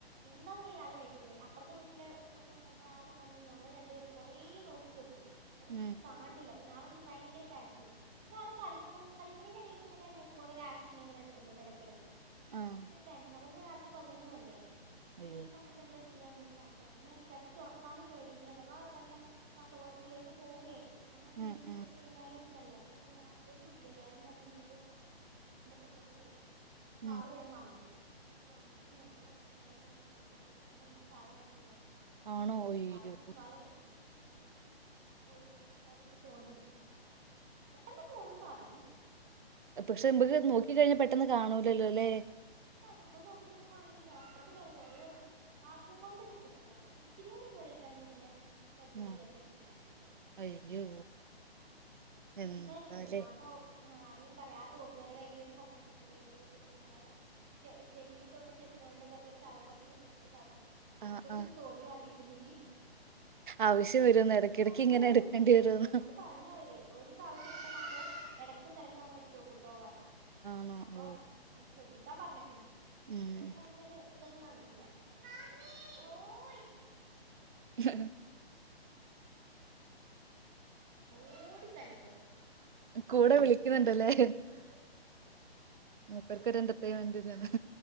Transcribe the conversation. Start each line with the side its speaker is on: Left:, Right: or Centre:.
Centre: എന്താന്നല്ല യാതൊരു ഐഡിയയില്ല അപ്പുറത്തെ വീട്ടിലെ പിന്നെ ആളും വന്ന് ഞങ്ങൾ രണ്ടുപേരും കൊറെ നോക്കിയോക്കി. ഇവിടക്ക
Right: ഉം
Centre: ഇ കാണില്ല നാലഞ്ച് ഭയങ്കര കരച്ചിലും പിന്നെ ആള് കളിക്കും കളിക്കുന്നതിന്റെടയിൽ ഇങ്ങനെ മൂക്കോണ്ട് ആക്ഷൻ ഇങ്ങനെ ഇ ഇടക്കിടക്ക്
Right: ആഹ്
Centre: ക്ക് ടെൻഷന പ രാത്രി പതിനൊന്ന് മണിയായി. പിന്നെ
Right: അയ്യോ
Centre: ഈ സമയത്ത് എന്താ ചെയ്യാൻ നിക്കാറില്ല പിന്നെ കിടത്തി ഉറക്കാനും പേടി ഇനി അഥവാ വല്ല ശ്വാസകോശത്തിലേക്ക് പോവയേ അങ്ങനെന്തെങ്കിലും
Right: ഉം ഉം
Centre: ചെയ്തു കഴിഞ്ഞാലും ല്ലേ അപ്പ പിന്നെ ഹസ്ബൻഡ ഇല്ലല്ലോ അത് ഞാൻ എന്ത് ചെയ്തു എന്റെ ബ്രദറിനെ വിളിച്ചു അപ്പൊ
Right: ഉം
Centre: ആള് വേ വന്ന് എന്നിട്ട് വന്നട്ട് ഞങ്ങള് നേരെ ഹോസ്പിറ്റലിൽ കൊണ്ടപോയി നോക്കുമ്പോൾന്റെ സാധനം അവിടെ ഉണ്ടായിരുന്നു
Right: ആണോ
Centre: ഒരു
Right: അയ്യോ
Centre: കയയും കാലക്കെക്കവും കുടി <unintelligible> ഒരു അത്ങ്ങ് തോണ്ടിയെടുത്ത് പെട്ടെന്ന് പോന്നു സാധനം
Right: പക്ഷെ നമക്ക് നോക്കിക്കഴിഞ്ഞാ പെട്ടെന്ന് കാണൂലല്ലോ അല്ലേ?
Centre: നമ്മള് നോക്കിട്ടൊന്നും കാണില്ല അത്രക്കും വര ഭാഗം കൊണ്ട് രക്ഷപ്പെട്ടതരാത് ഇത്തിരിയും കൂടിറിയിക്കയാണെങ്കിൽ പിന്നെ സർജറി
Right: ആഹ്
Centre: ഇല്ലാതെ രക്ഷണ്ടായിരില്ലട്ടോ
Right: അയ്യോ എന്താലേ
Centre: എന്താ ചെയ്യാ അപ്പൊ ആഹ് അനിയൻ പറയാ ആ തോട്ടി ഓല കയ്യിലോരു കൊക്കണ്ട് ചെറിയൊരു <unintelligible> ചെവിയില് തൊണ്ടണ ചെപ്പി തൊണിന്റെ പോലത്തെരു സാനം കൊറച്ച് നീള്ളത്തില സാനം അങ്ങനത്തൊരു
Right: ആഹ് ആഹ്
Centre: തോട്ടി വാ <unintelligible>
Right: ആവശ്യം വരുന്ന് എടക്കിടക്ക്
Centre: ആവശ്യ
Right: ഇങ്ങനെ
Centre: വരെ
Right: എടുക്കേണ്ടി വരുന്ന്
Centre: അന്നോട് പറഞ്ഞു അവര് ഒരു പ്രാവശ്യം ഇട്ടാ മക്കള് എടക്കും തലക്കുമ്മ് അങ്ങനെ ഇട്ടു വെക്കുട്ടോ പറഞ്ഞ്
Right: ആണോ
Centre: അപ്പോം
Right: ഓഹ്
Centre: <unintelligible> ശ്രദ്ധിക്കാൻ പറഞ്ഞെക്കണു പിന്നെ
Right: ഉം
Centre: ഇത് വരെ അങ്ങനത്തൊര് ഇതൊന്നും വന്നിട്ടില്ല മമ്മി ഓയ്
Right: ഉം
Centre: ഓട് ടി കളിച്ചോ
Right: കൂടെ വിളിക്കുന്ന്ണ്ടല്ലേ
Centre: ആഹ്
Right: മൂപ്പർക്ക്
Centre: നല്ല
Right: ഒരേന്റർടൈൻമെൻറ്റ്ന്ന്
Centre: ആഹ്